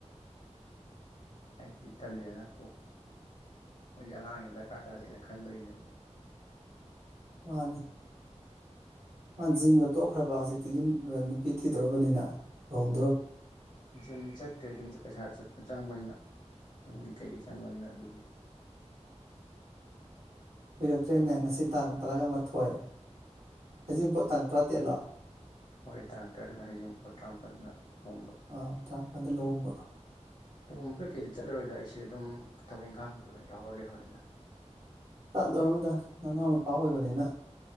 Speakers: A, on the left; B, on the right.
A: ꯍꯥꯏꯕꯗꯤ ꯇꯜꯂꯦꯅ ꯀꯣ ꯃꯣꯏꯗꯤ ꯑꯉꯥꯡꯁꯤꯅ ꯗꯔꯀꯥꯔ ꯇꯥꯗꯦꯅ ꯈꯟꯕꯒꯤꯅꯦꯕ
B: ꯃꯥꯅꯤ ꯃꯥꯖꯤꯒ ꯇꯣꯛꯈ꯭ꯔꯕ ꯍꯧꯖꯤꯛꯇꯤ ꯌꯨꯝ ꯅꯨꯄꯤ ꯊꯤꯗꯣꯔꯔꯕꯅꯤꯅ ꯂꯨꯍꯣꯡ
A: ꯖꯤꯝ ꯆꯠꯇꯔꯦ ꯖꯤꯝ ꯄꯩꯁꯥ ꯆꯠ ꯆꯪꯕꯅꯤꯅ ꯌꯨꯝꯒꯤ ꯀꯩꯒꯤ ꯆꯪꯕꯅꯤꯅ ꯑꯗꯨꯒꯤ
B: ꯀꯨꯏꯔꯛꯇ꯭ꯔꯦꯅꯦ ꯉꯁꯤ ꯇꯥꯡ ꯇꯔꯥꯒ ꯃꯥꯊꯣꯏ ꯍꯖꯤꯡ ꯄꯣꯠ ꯇꯥꯡ ꯇꯔꯥꯇꯔꯦꯠꯂꯣꯑꯣ
A: ꯍꯣꯔ ꯇꯥꯡ ꯇꯔꯅ ꯍꯩꯖꯤꯡꯕ ꯇ꯭ꯔꯝ ꯑꯅ ꯊꯣꯡ
B: ꯑ ꯇꯔꯥꯅꯤꯄꯟꯗ ꯂꯣꯡꯝꯕ
A: ꯑꯣꯕꯩ ꯀꯩꯗꯤ ꯆꯠꯂꯔꯣꯏꯗꯏ ꯑꯩꯁꯦ ꯑꯗꯨꯝ ꯊꯕꯛ ꯏꯪꯈꯥꯡ ꯀꯩꯀꯩ ꯑꯣꯏꯅ ꯌꯥꯎꯔ ꯂꯩꯍꯧꯔꯅꯤꯗ
B: ꯆꯠꯂꯔꯝꯗ ꯅꯅꯥꯎꯅ ꯅꯨꯄꯥ ꯑꯣꯏꯕꯅꯤꯅ